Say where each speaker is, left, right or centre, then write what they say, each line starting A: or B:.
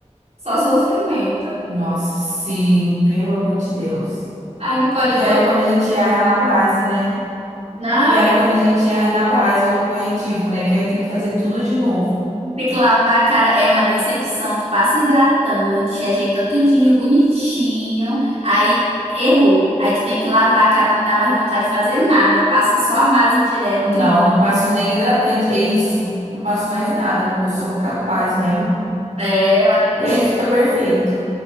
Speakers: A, on the right (about 60°); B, on the right (about 80°).
A: Só sofrimento.
B: <laughs> Nossa, sim, pelo amor de Deus.
A: Ai, Nicole,
B: O pior
A: eu tô.
B: é quando a gente erra na base, né?
A: Ai,
B: O pior é quando a gente erra na base ou no corretivo, né? Que aí tem que fazer tudo de novo.
A: tem que lavar a cara, é uma decepção. Tu passa hidratante, ajeita tudinho, bonitinho, aí errou. Aí tu tem que lavar a cara, não dá mais vontade de fazer nada, passa só a base direto
B: Não,
A: e
B: eu não passo nem hidratante. É isso. Não passo mais nada. Não vou, só vou com a base mesmo.
A: é uma tristeza.
B: E aí fica perfeito.